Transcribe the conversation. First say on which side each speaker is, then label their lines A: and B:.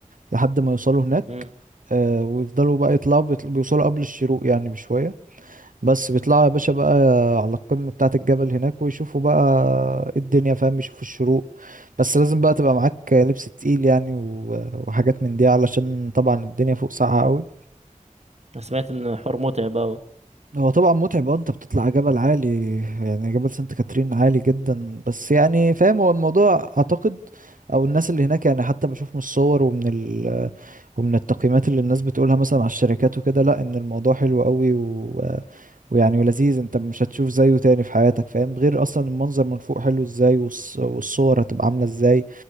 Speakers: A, on the right (about 80°); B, on the right (about 55°).
A: لحد ما يوصلوا هناك
B: مم.
A: آه، ويفضلوا بقى يطلعوا بيطل- بيوصلوا قبل الشروق يعني بشوية بس بيطلعوا يا باشا بقى على القمة بتاعة الجبل هناك ويشوفوا بقى الدنيا فاهم يشوفوا الشروق بس لازم بقى تبقى معاك لبس تقيل يعني و- وحاجات من دي علشان طبعا الدنيا فوق ساقعة قوي
B: انا سمعت ان حوار متعب اوي
A: هو طبعا متعب اه انت بتطلع جبل عالي يعني جبل سانت كاترين عالي جدا بس يعني فاهم هو الموضوع اعتقد او الناس اللي هناك يعني حتى بشوف من الصور ومن ال ومن التقييمات اللي الناس بتقولها مثلا على الشركات وكده لا ان الموضوع حلو قوي و... ويعني ولذيذ انت مش هتشوف زيه تاني في حياتك فاهم غير اصلا المنظر من فوق حلو ازاي والص... والصور هتبقى عاملة ازاي